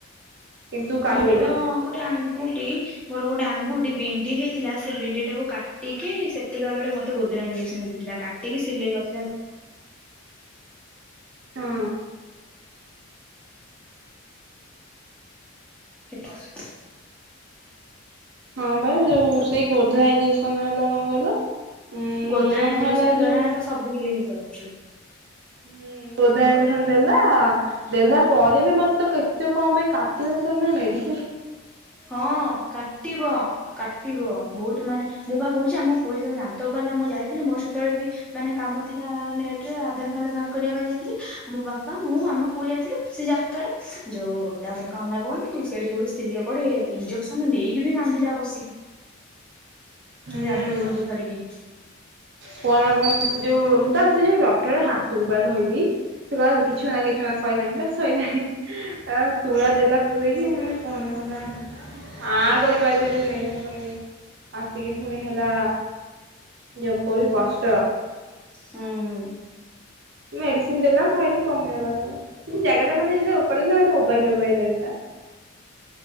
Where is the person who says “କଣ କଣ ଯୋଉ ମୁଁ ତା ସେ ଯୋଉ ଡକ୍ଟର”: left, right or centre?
Right